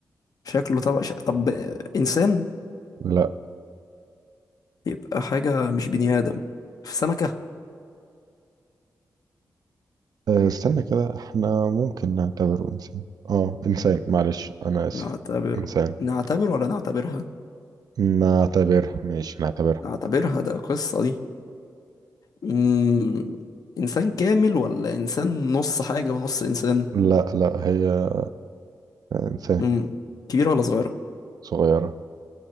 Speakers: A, on the left; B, on the right.
A: شكله طب ش... طب آه، انسان
B: لا
A: يبقى حاجة مش بني ادم في سمكة
B: أه، استنى كده احنا ممكن نعتبره انسان اه انسان معلش انا اسف
A: نعتبره
B: انسان
A: نعتبر ولا نعتبرها
B: نعتبرها ماشي نعتبرها
A: اعتبرها ده قصة دي مم. انسان كامل ولا انسان نص حاجة ونص انسان
B: لا لا هي انسان
A: مم. كبيرة ولا صغيرة
B: صغيرة